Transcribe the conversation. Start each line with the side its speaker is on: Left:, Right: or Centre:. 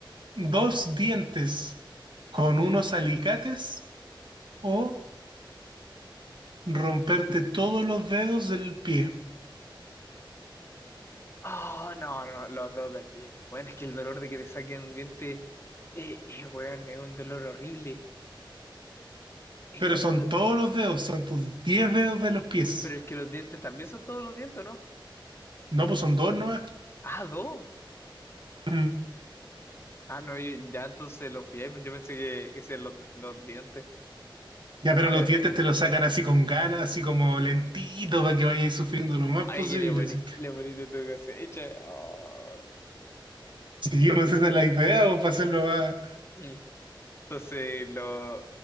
Right: dos dientes con unos alicates o romperte todos los dedos del pie?
Left: ah no, no, los dos del pie. Bueno, es que el dolor de que te saquen un diente, eh, eh, weón, es un dolor horrible. Es
Right: Pero
Left: un,
Right: son
Left: do-
Right: todos los dedos, son tus 10 dedos de los pies.
Left: Pero es que los dientes también son todos los dientes, ¿o ¿no?
Right: No, pues son dos nomás.
Left: Ah, dos.
Right: Mm.
Left: Ah, no, yo- ya entonces los pies, yo pensé que ese eran los, los dientes.
Right: Ya, pero
Left: Ay,
Right: los dientes te los sacan así con ganas, así como lentito, para que vayáis sufriendo lo más
Left: ay,
Right: posible.
Left: que le morí,
Right: Así.
Left: le morí de tu cosecha. Ah.
Right: Sí, pues esa es la idea, o para hacerlo más.
Left: Mm. Entonces, lo,